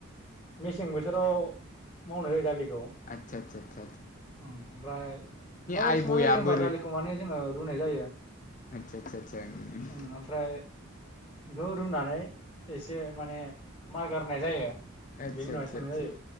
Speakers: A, on the left; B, on the left.
A: मेसें बोथोराव मावनाय जायो दालिखौ।
B: आतसा आतसा आत्सा
A: ओम ओमफ्राय माबोरै
B: आइबया
A: संनाय जायो होमबा
B: बोरै
A: दालिखौ माने जोङो रुनाय जायो।
B: आतसा आतसा आत्सा‌‌ उम
A: उम ओमफ्राय बेखौ रुनानै एसे माने मार गारनाय जायो।
B: आदसा
A: बेनि उनावहाय
B: आदसा
A: संनाय
B: आदसा
A: जायो